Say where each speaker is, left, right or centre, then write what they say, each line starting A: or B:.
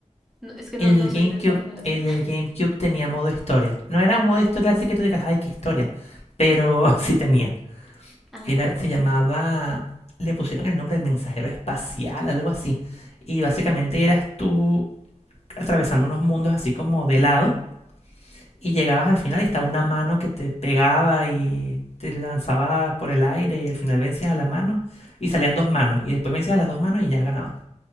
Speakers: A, in the centre; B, on the left.
A: No, es que
B: El
A: no, no
B: del GameCube,
A: soy de esa generación.
B: el del GameCube tenía modo historia. No era un modo historia así que tú digas, ay, qué historia. Pero <laughs> sí tenía.
A: <laughs>
B: Era,
A: ah.
B: se llamaba, le pusieron el nombre del mensajero espacial, algo así. Y básicamente eras tú atravesando unos mundos así como de lado y llegabas al final y estaba una mano que te pegaba y te lanzaba por el aire y al final vencías a la mano y salían dos manos y después vencías a las dos manos y ya ganabas.